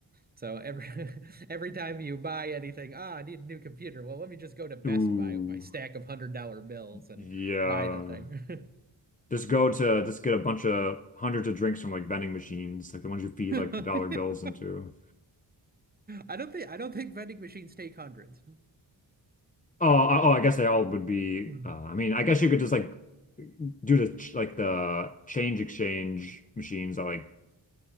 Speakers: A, on the right (about 20°); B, on the left (about 20°).
A: So every <laughs> every time you buy anything, ah, I need a new computer. Well, let me just go to Best
B: Ooh,
A: Buy with my stack of hundred dollar bills and
B: yeah.
A: buy the thing.
B: Just go to just get a bunch of hundreds of drinks from like vending machines, like the ones you feed
A: <laughs>
B: like the dollar bills into.
A: I don't think I don't think vending machines take hundreds.
B: Oh, I- oh, I guess they all would be.
A: <laughs>
B: Uh, I mean, I guess you could just like do the ch- like the change exchange machines that like